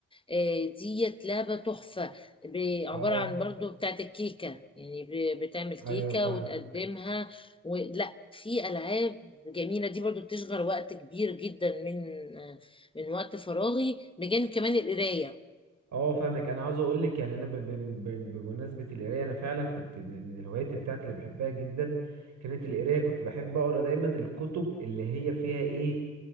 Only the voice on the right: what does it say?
اه
ايوه فاهم
اه فاهمك انا عاوز اقول لك يعني انا ب- ب- ب- بمناسبه القرايه انا فعلا كنت من من الهوايات بتاعتي اللي بحبها جدا كانت القرايه كنت بحب اقرا دايما الكتب اللي هي فيها ايه